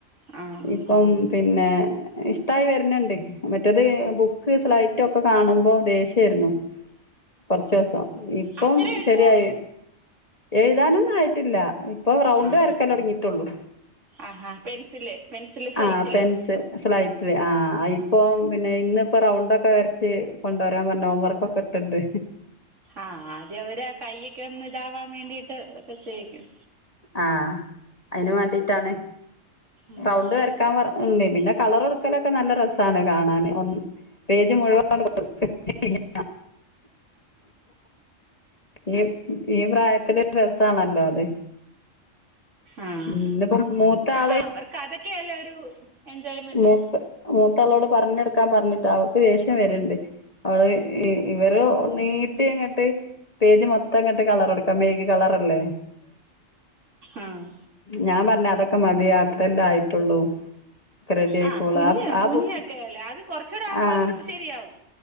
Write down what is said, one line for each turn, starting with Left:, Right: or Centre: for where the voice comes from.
Right: ആഹ്
Left: ഇപ്പം പിന്നെ ഇഷ്ടമായി വരുന്നുണ്ട് മറ്റേത് ബുക്ക് സ്ലൈറ്റ ഒക്കെ കാണുമ്പോ ദേഷ്യ <unintelligible> കുറച്ച് ദിവസം ഇപ്പം
Right: അക്ഷരം എഴുതുവോ
Left: ശരിയായി എഴുതാനൊന്നും ആയിട്ടില്ല ഇപ്പൊ റൗണ്ട്
Right: ആഹ്
Left: വരക്കല് തൊടങ്ങിട്ടുള്ളൂ
Right: ആഹാ പെൻസില് പെൻസില് സ്ലേറ്റില്
Left: ആ പെൻസ് സ്ലൈറ്റ് ആ ഇപ്പം പിന്നെ ഇന്ന് ഇപ്പൊ റൗണ്ട് ഒക്കെ വരച്ച് കൊണ്ടുവരാൻ പറഞ്ഞ് ഹോം വർക്കൊക്കെ ഇട്ടുണ്ട്
Right: ആഹ് ആദ്യം അവര് കയ്യൊക്കെ ഒന്ന് ഇതാവാൻ വേണ്ടിട്ട് ഒക്കെ ചെയക്കും
Left: ആഹ് അതിന് വേണ്ടിയിട്ടാണ്
Right: ഉം
Left: റൗണ്ട് വരക്കാൻ പറ ഉണ്ട് പിന്നെ കളർ കൊടുക്കലൊക്കെ നല്ല രസമാണ് കാണാൻ ഒ പേജ് മുഴുവൻ കെടു <unintelligible> ഈ ഈ പ്രായത്തില് രസാണല്ലോ അത്
Right: ആഹ്
Left: ഇന്നിപ്പോ മൂത്ത ആള്
Right: ആഹ് അവർക്ക് അതൊക്കെയല്ലേ ഒരു എൻജോയ്മെന്റ്
Left: മൂ മൂത്താളോട് പറഞ്ഞുകൊ ക്കാൻ പറഞ്ഞിട്ട് അവൾക്ക് ദേഷ്യം വര്‌ണ്ട് അവള് ഇവര് നീ കുട്ടി അങ്ങോട്ട് പേജ് മൊത്തം അങ്ങോട്ട് കളർ കൊടുക്കാം മെയ്ക് കളർ അല്ലേ
Right: ആഹ്
Left: ഞാൻ പറഞ്ഞ അതൊക്കെ മതി അത്രയെല്ലെ ആയിട്ടുള്ളൂ റെഡി ആയിക്കോളും
Right: ആഹ് കുഞ്ഞ്
Left: ആ ആ
Right: കുഞ്ഞൊക്കെയല്ലേ
Left: ബുക്ക്
Right: അത് കൊറച്ചൂടെ ആവുമ്പം
Left: ആഹ്
Right: ശരിയാവും